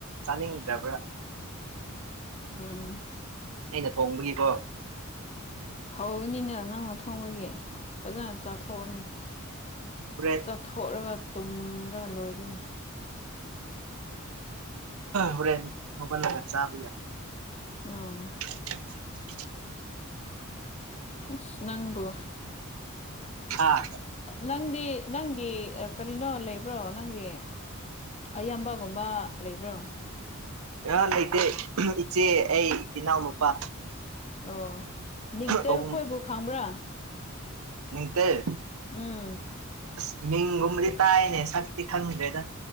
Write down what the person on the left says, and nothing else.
ꯎꯝ
ꯍꯧꯅꯤꯅꯦ ꯅꯪꯅ ꯊꯣꯡꯕꯒꯤ ꯐꯖꯅ ꯆꯥꯊꯣꯛꯑꯅꯤ <inaudible>
ꯆꯠꯊꯣꯛꯂꯒ ꯇꯨꯝꯔꯒ ꯂꯣꯏꯔꯤꯅꯤ <inaudible>
ꯑꯣ
ꯎꯁ ꯅꯪꯕꯣ
ꯅꯪꯗꯤ ꯅꯪꯒꯤ ꯀꯔꯤꯅꯣ ꯂꯩꯕ꯭ꯔꯣ ꯅꯪꯒꯤ ꯑꯌꯥꯝꯕꯒꯨꯝꯕ ꯂꯩꯕ꯭ꯔꯣ
ꯑꯣ ꯅꯤꯡꯇ
ꯑꯩꯈꯣꯏꯕꯨ ꯈꯪꯕ꯭ꯔꯥ
ꯎꯝ